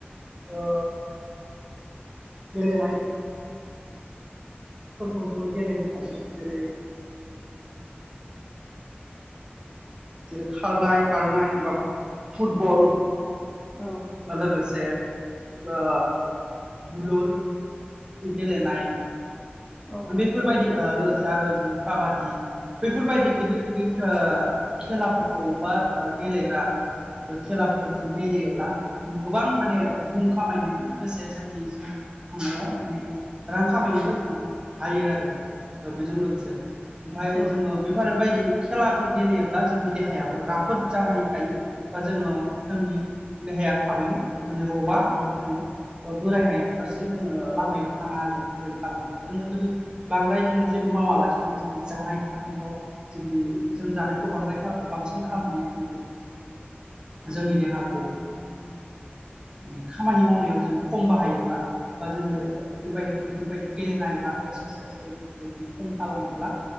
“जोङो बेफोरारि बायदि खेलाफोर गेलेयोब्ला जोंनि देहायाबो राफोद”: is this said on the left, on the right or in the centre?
Right